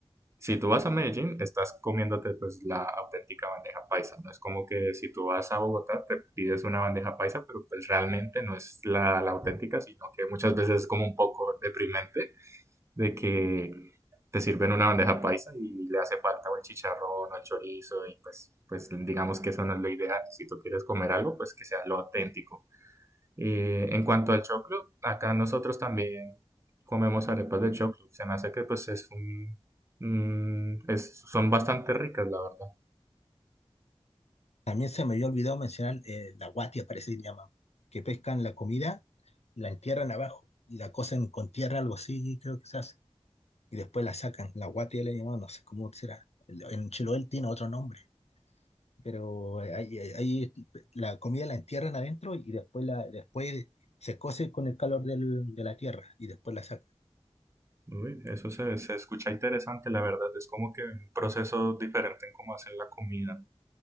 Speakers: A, on the right (about 25°); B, on the left (about 80°).
A: si tú vas a Medellín, estás comiéndote pues la auténtica bandeja paisa. No es como que si tú vas a Bogotá, te pides una bandeja paisa, pero pues realmente no es la, la auténtica, sino que muchas veces es como un poco deprimente de que te sirven una bandeja paisa y le hace falta o el chicharrón o el chorizo y pues, pues digamos que eso no es lo ideal. Si tú quieres comer algo, pues que sea lo auténtico. Eh, en cuanto al choclo, acá nosotros también comemos arepas de choclo. Se me hace que pues es un, un- es- son bastante ricas, la verdad.
B: También se me había olvidado mencionar eh, la guatia, parece que se llama, que pescan la comida, la entierran abajo y la cocen con tierra, algo así, creo que se hace. Y después la sacan, la guatia le llamamos, no sé cómo será. En Chiloé tiene otro nombre. pero ahí, ahí la comida la entierran adentro y después, la, después se cose con el calor del- de la tierra y después la sacan.
A: Uy, eso se, se escucha interesante, la verdad. Es como que un proceso diferente en cómo hacen la comida.